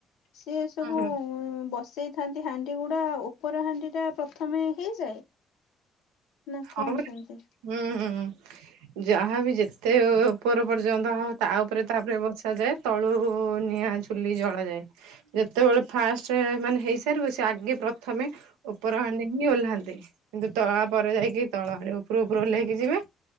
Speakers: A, on the left; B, on the right.
A: ସିଏ ସବୁ
B: ହଁ
A: ବସ ସେଇ ଥାନ୍ତି ହାଣ୍ଡି ଗୁଡା ଉପର ହାଣ୍ଡି ଟା ପ୍ରଥମେ ହେଇଯାଏ ନା
B: ହଁ
A: କଣ
B: ପରା
A: କେମିତି?
B: ହ ହୁଁ ହୁଁ ଯାହାବି ଯେତେ ଉପର ପର୍ଯ୍ୟନ୍ତ ତା ଉପରେ ତାପରେ ବସାଯାଏ ତଳୁ ନିଆଁ ଝୁଲି ଜଳାଯାଏ ଯେତେବେଳେ ଫାଷ୍ଟ ମାନେ ହେଇସାରିବ ସେ ଆଗେ ପ୍ରଥମେ ଉପର ହଣ୍ଡି ହିଁ ଓହ୍ଲାନ୍ତି କିନ୍ତୁ ତଳା ପରେ ଯାଇକି ତଳ ଆଡେ ଉପର ଉପରୁ ଓହ୍ଲେଇକି ଯିବେ